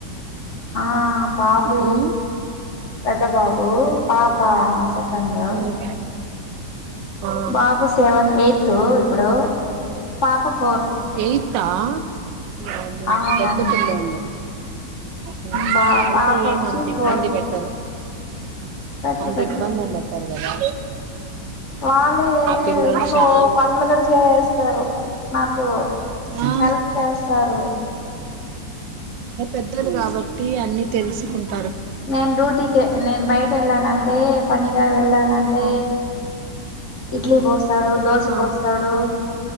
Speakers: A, on the left (about 45°); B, on the right (about 90°).
A: ఆ బాబు
B: ఉమ్
A: పెద్ద బాబు పాప సెకండు
B: ఉమ్ ఆ
A: బాబు సెవెన్ ఎయిత్ ఇప్పుడు పాప ఫోర్త్
B: ఎయితా వామ్మో
A: ఆ
B: పెద్ద
A: అవును
B: పిల్ల అండి ఉమ్
A: బా
B: అయితే
A: పాప
B: ఏమ
A: వచ్చి
B: అంత
A: ఫోర్త్
B: ఇబ్బంది పెట్టరు
A: బెటర్
B: అంత
A: బెటర్
B: ఇబ్బందిల్లో ఉంటారు గదా
A: వాళ్ళే
B: పిల్లోలు
A: ఇంట్లో
B: చానా
A: పనులు గూడా చేస్తారు నాకు
B: ఆ
A: హెల్ప్ చేస్త స్తారు
B: అంటే పెద్దది కాబట్టి అన్ని తెలుసుకుంటా
A: నేను డ్యూటీకి నేను బయట వెళ్ళాన అంటే పనిగా వెళ్ళాను అంటే
B: ఆ
A: ఇడ్లీ పోస్తాడు దోశ
B: ఆ
A: పోస్తాడు